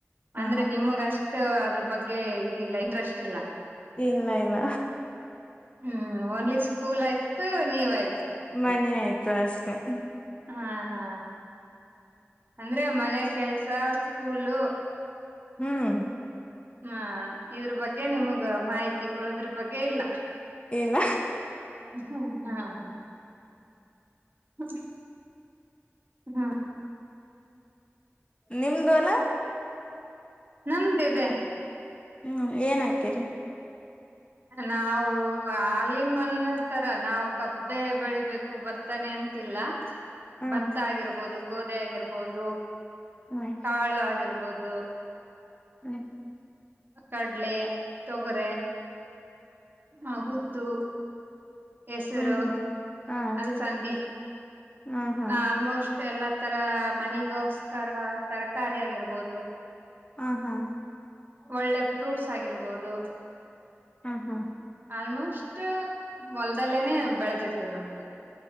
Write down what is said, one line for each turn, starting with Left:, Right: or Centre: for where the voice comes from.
Left: ಹಾ
Right: ಅಂದ್ರೆ ನಿಮಗಷ್ಟು ಅದ್ರ ಬಗ್ಗೆ ಇದಿಲ್ಲ ಇಂಟ್ರೆಸ್ಟ್ ಇಲ್ಲ
Left: ಇಲ್ಲ ಇಲ್ಲ
Right: ಹ್ಮ್ ಓನ್ಲಿ ಸ್ಕೂಲ್ ಆಯ್ತು ನೀವಯ್ತು
Left: ಮನೆ ಆಯ್ತು ಷ್ಟತ
Right: ಹಾ ಹಾ ಅಂದ್ರೆ ಮನೆ ಕೆಲ್ಸ ಸ್ಕೂಲು
Left: ಹ್ಮ್
Right: ಹಾ ಇದ್ರ ಬಗ್ಗೆ ನಿಮಗ ಮಾಹಿತಿ ಉಳದ್ರ ಬಗ್ಗೆ ಇಲ್ಲ
Left: ಇಲ್ಲ
Right: ಹ್ಮ್ ಹಾ ಹಾ ಹ್ಮ ಹ್ಮ ಹಾ
Left: ನಿಮ್ದು ಅಲ
Right: ನಮದಿದೆ
Left: ಹ್ಮ್ ಏನ್ ಹಾಕೇರಿ
Right: ನಾವು ಹಾಲಿನ ಒಂದ ತರ ನಾವು ಕಬ್ಬೆ ಬೆಳಿಬೇಕು ಭತ್ತನೆ ಅಂತಿಲ್ಲ
Left: ಹ್ಮ್
Right: ಭತ್ತ ಆಗಿರ್ಬೋದು ಗೋಧಿ ಆಗಿರ್ಬೋದು
Left: ಹ್ಮ್
Right: ಕಾಳು ಆಗಿರ್ಬೋದು ಬಹುದು
Left: ಹ್ಮ್
Right: ಕಡ್ಲೆ ತೊಗರೆ ಹೌದು ತ ಹೆಸರು
Left: ಹ್ಮ್ ಹ್ಮ್ ಹ್ಮ್ ಹಾ
Right: ಅಲಸಂದಿ
Left: ಹಾ ಹಾ
Right: ಆಲ್ಮೋಸ್ಟ್ ಎಲ್ಲಾ ತರ ಮನಿಗೋ ಕರ ತರಕಾರಿ ಆಗಿರ್ಬೋದು
Left: ಹ ಹಾ
Right: ಒಳ್ಳೆ ಫ್ರೂಟ್ಸ್ ಆಗಿರ್ಬೋದು
Left: ಹಾ ಹಾ
Right: ಆಲ್ಮೋಸ್ಟ್ ಮೊಲದಲ್ಲೇನೆ
Left: ಹಾ
Right: ಬೆಳೆದಿದ್ದು ನಮ್ಗೆ <inaudible>